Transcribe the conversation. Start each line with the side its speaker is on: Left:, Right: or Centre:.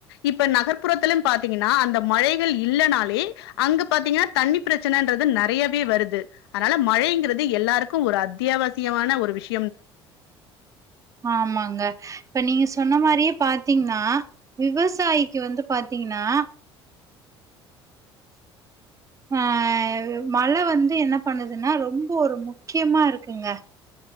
Left: இப்ப நகர்ப்புறத்துல பாத்தீங்கன்னா அந்த மழைகள் இல்லனாலே அங்க பாத்தீங்கன்னா தண்ணி பிரச்சனைன்றது நெறையாவே வருது அதனால மழைங்கிறது எல்லாருக்கு ஒரு அத்தியாவசிய முக்கியமான ஒரு விஷய
Right: ஆமாங்க இப்ப நீங்க சொன்ன மாரியே பாத்தீங்கன்னா விவசாயிக்கு வந்து பாத்தீங்கன்னா ஆஹ் மழ வந்து என்ன பண்ணுதுன்னா ரொம்ப ஒரு முக்கியமா இருக்குங்க